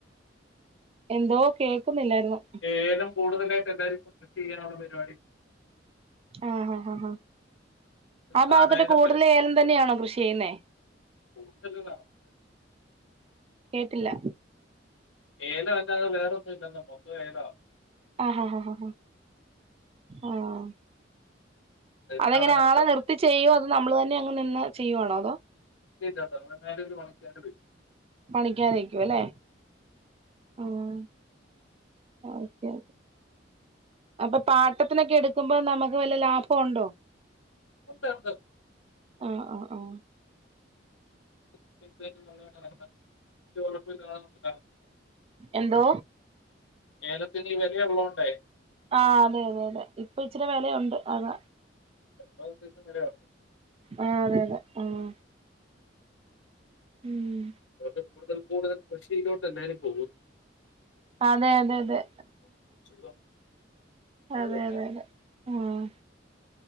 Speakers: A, on the right; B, on the left.
A: എന്തോ കേക്കുന്നില്ലായിരുന്നു
B: ഏലം കൂടുതലായിട്ട് എന്തായിരിക്കും ടെസ്റ്റ് ചെയ്യാനൊള്ള പരിപാടി?
A: ആഹ് ആഹ് ആഹ് ആഹ് ആ ഭാഗത്തോട്ട്
B: നാലായിരം
A: കൂടുതൽ
B: വരെ
A: ഏലം തന്നെയാണോ കൃഷി ചെയ്യുന്നേ?
B: കൂടുതൽ
A: കേട്ടില്ല
B: ഏലം അല്ലാതെ വേറെ ഒന്നും ഇല്ലെന്ന് മൊത്തം ഏലവാ
A: ആഹ് <unintelligible> ആഹ്
B: ഏലമാണ്
A: അത് എങ്ങനെ
B: എല്ലാം
A: ആളെ നിർത്തി ചെയ്യോ അതൊ നമ്മള് തന്നെ അങ്ങ് നിന്ന് ചെയ്യുവാണോ അതോ
B: കിട്ടിയില്ല തമിഴ്നാട്ട്കാരെ ഒരു വാങ്ങിക്കാന ഇത്
A: പണിക്കാരെ നിക്കൂ അല്ലേ ഉം ഓക്കെ അപ്പൊ പാട്ടത്തിനൊക്കെ എടുക്കുമ്പോ നമുക്ക് വെല്ല ലാഭോ ഉണ്ടോ?
B: ഉണ്ട് ഉണ്ട്
A: ആഹ് ആഹ് ആഹ്
B: <unintelligible> ഒരു കൊഴപ്പല്ലാതെ നടാം.
A: എന്തോ
B: ഏലത്തിന് ഈ വെല ഉള്ളോണ്ടേ
A: ആഹ് അതെ അതെ അതെ ഇപ്പ ഇച്ചെരെ വെലയുണ്ട് അതാ.
B: <unintelligible>
A: ആഹ് അതെ അതെ ആഹ് ഉം
B: നേരത്തെ കൂടുതൽ കൂടുതൽ കൃഷിയിലോട്ട് എല്ലാരും പോകുന്നു.
A: അതെ അതെ അതെ.
B: ചുരുക്കം ഇത്
A: അതെ
B: തന്നെയാ.
A: അതെ അതെ ആഹ്